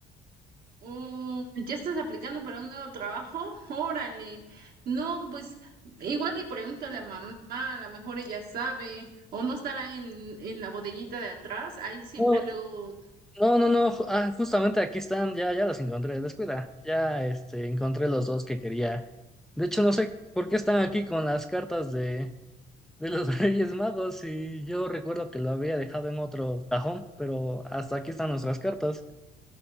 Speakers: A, on the right; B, in the centre.
A: Mm, ¿ya estás aplicando para un nuevo trabajo? Órale. No, pues igual y pregúntale a mamá, a lo mejor ella sabe, o no estará en, en la bodeguita de atrás, ahí siempre
B: No,
A: luego,
B: no, no, no, ju- ah, justamente aquí están, ya, ya los encontré, descuida, ya este, encontré los dos que quería. De hecho, no sé por qué están aquí con las cartas de, de los <laughs> Reyes Magos y yo recuerdo que lo había dejado en otro cajón, pero hasta aquí están nuestras cartas.